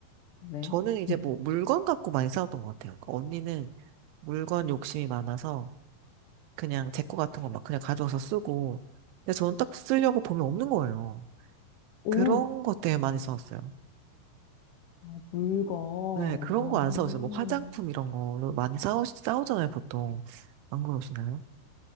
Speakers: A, on the left; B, on the right.
A: 네.
B: 저는 이제
A: <laughs>
B: 뭐 물건 갖고 많이 싸웠던 것 같아요. 그러니까 언니는 물건 욕심이 많아서 그냥 제 거 같은 거 막 그냥 가져와서 쓰고 근데 저는 딱 쓰려고 보면 없는 거예요.
A: 오,
B: 그런 것 때문에 많이 싸웠어요.
A: 아, 물건.
B: 네, 그런
A: 아,
B: 거 안 싸웠어요. 뭐 화장품 이런 걸로 많이 싸우 싸우잖아요, 보통. 안 그러시나요?